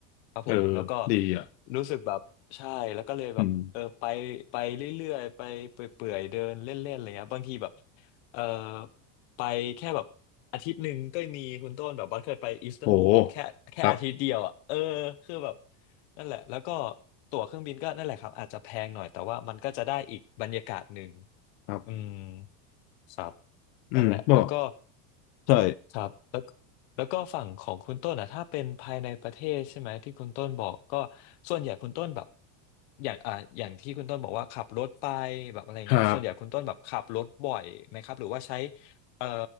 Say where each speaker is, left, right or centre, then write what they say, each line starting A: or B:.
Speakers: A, on the left; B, on the left.
A: ครับผมแล้วก็
B: เออดีอ่ะ
A: รู้สึกแบบใช่แล้วก็เลยแบบเออไปไปเรื่อยๆไปเปื่อยๆเดินเล่นๆอะไรเงี้ยบางทีแบบ
B: อืม
A: เออไปแค่แบบ อาทิตย์หนึ่งก็มีคุณต้นแบบบัสเคยไปอิสตันบูลอ่ะแค่แค่อาทิตย์เดียวอ่ะเออคือแบบ
B: โหครับ
A: นั่นแหละแล้วก็ตั๋วเครื่องบินก็นั่นแหละครับอาจจะแพงหน่อยแต่ว่ามันก็จะได้อีกบรรยากาศหนึ่ง
B: ครับ
A: อืมครับ
B: อืมก็
A: นั่นแหละแล้วก็
B: ใช่
A: ครับแล้วก็แล้วก็ฝั่งของคุณต้นอ่ะถ้าเป็นภายในประเทศใช่ไหมที่คุณต้นบอกก็ส่วนใหญ่คุณต้นแบบอย่างอ่าอย่างที่คุณต้นบอกว่าขับรถไปแบบอะไรเงี้ยครับส่วนใหญ่คุณต้นแบบขับรถบ่อยไหมครับหรือว่าใช้
B: ครับ
A: เอ่อ